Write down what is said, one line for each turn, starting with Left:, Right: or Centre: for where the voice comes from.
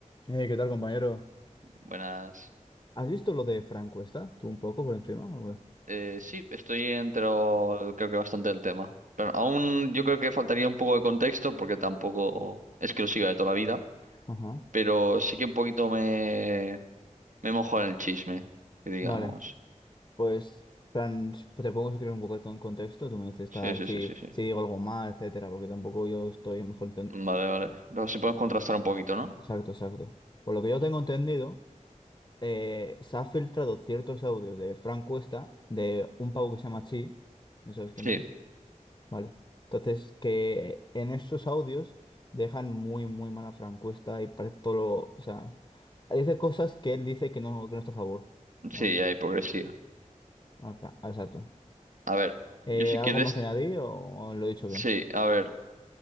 Left: Eh, ¿qué tal, compañero?
Right: Buenas.
Left: ¿Has visto lo de Fran Cuesta? ¿Tú un poco por encima? o qué?
Right: Eh, sí, estoy entero, creo que bastante del tema. Pero aún yo creo que faltaría un poco de contexto porque tampoco es que lo siga de toda la vida.
Left: Ajá.
Right: Pero sí que un poquito me, me mojo en el chisme, que digamos.
Left: Vale, pues, Fran, te pongo si quieres un poco esto en contexto. Tú me dices
Right: Sí,
Left: tal,
Right: sí,
Left: si,
Right: sí, sí, sí.
Left: si digo algo mal, etcétera, porque tampoco yo estoy mejor enten-
Right: Vale, vale. Luego si podemos contrastar un poquito, ¿no?
Left: Exacto, exacto. Por lo que yo tengo entendido, eh, se han filtrado ciertos audios de Fran Cuesta, de un pavo que se llama Chi, ¿no sabes quién
Right: Sí,
Left: es? Vale. Entonces, que en esos audios dejan muy, muy mala francuesta y parece todo lo... O sea, dice cosas que él dice que no, que no está a favor,
Right: sí,
Left: digamos.
Right: hay hipocresía.
Left: Acá, exacto.
Right: A ver,
Left: Eh,
Right: yo si
Left: ¿algo
Right: quieres,
Left: más que añadir o lo he dicho
Right: sí,
Left: bien?
Right: a ver.